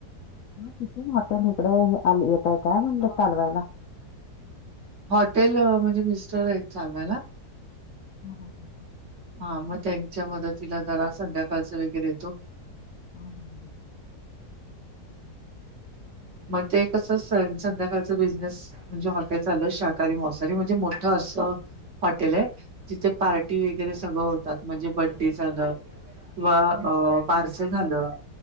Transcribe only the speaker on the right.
हॉटेल म्हणजे मिस्टर आहेत चालवायला.
हा मग त्यांच्या मदतीला जरा संध्याकाळच वगैरे येतो.
मग ते कसं अस संध्याकाळचा बिझनेस. म्हणजे हॉटेल चालू आहे शाकाहारी- मासांहारी म्हणजे मोठं असं हॉटेल आहे. तिथे पार्टी
वगैरे सगळं होतात म्हणजे बड्डे झालं किंवा बारसं. असं झालं.